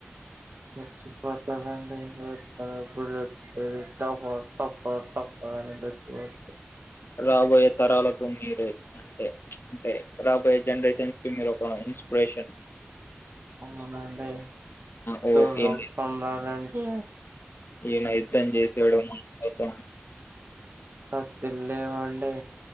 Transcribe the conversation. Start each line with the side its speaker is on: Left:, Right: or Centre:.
Right: చచ్చిపోతారు అండి ప బులే టబ్బ టబ్బ టబ్బ అ చచ్చిపోతారు
Left: రాబోయే తరాలకు మీరు అంటే అంటే రాబోయే జనరేషన్స్ కి మీరు ఒక ఇన్స్పిరేషన్
Right: అవునండి
Left: ఓ
Right: వల
Left: ఈయన
Right: పొందాలండి
Left: ఈయన యుద్ధం చేసేయడ జ
Right: తతి లే వండే